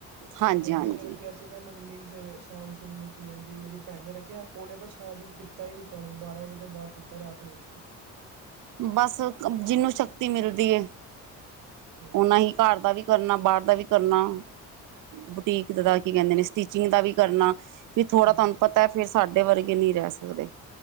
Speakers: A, on the right; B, on the right.
A: ਹਾਂਜੀ
B: ਮੰਮੀ
A: ਹਾਂਜੀ।
B: ਨੇੇ ਰੱਖਿਆ ਸੀ ਨਾ ਮੰਮੀ ਵੀ। ਫਿਰ ਸ਼ਾਮ ਸੁੂਮ ਨੀ ਪੀ ਲੈਂਦੀ ਮੇਰੀ ਭੈਣ ਨੇ ਰੱਖਿਆ ਉਹਨੇ ਤਾਂ ਸਾਰਾ ਦਿਨ ਪੀਤਾ ਹੀ ਨੀ। ਪਾਣੀ ਬਾਰਾਂ ਵਜੇ ਤੋਂ ਬਾਅਦ ਪੀਤਾ ਰਾਤ ਨੂੰ ਉੱਠ ਕੇ।
A: ਬਸ ਜਿਹਨੂੰ ਸ਼ਕਤੀ ਮਿਲਦੀ ਹੈ
B: ਹਾਂ
A: ਓਨਾ ਹੀ ਘਰ ਦਾ ਵੀ। ਕਰਨਾ ਬਾਹਰ ਦਾ ਵੀ ਕਰਨਾ, ਬੁਟੀਕ ਦਾ ਕੀ ਕਹਿੰਦੇ ਨੇ, ਸਟਿਚਿੰਗ ਦਾ ਵੀ ਕਰਨਾ। ਵੀ ਥੋੜਾ
B: ਹਾਂ
A: ਤੁਹਾਨੂੰ ਪਤਾ ਫਿਰਰਸਾਡੇ ਵਰਗੇ ਨਹੀਂ ਰਹਿ ਸਕਦੇ।